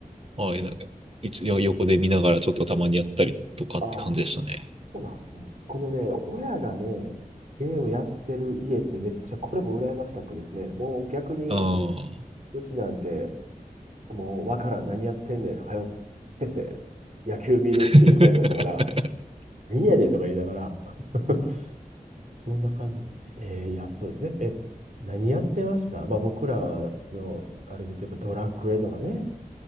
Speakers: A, on the right; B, on the right.
A: はい、なんか一応横で見ながらちょっとたまにやったりとかって感じでしたね。
B: あ、そうなんですね。このね、親がね、ゲームやってる家ってめっちゃ、これも羨ましかったですね。もう逆に、
A: ああ。
B: うちなんて、もうわからん、何やってんねん、はよ、消せ、野球見るっていうタイプだったから、
A: <laughs>
B: 何やねんとか言いながら、<laughs> そんな感じで。えーいや、そうですね。え、何やってましたまあ僕らの、あれで言うと、ドラクエとかね、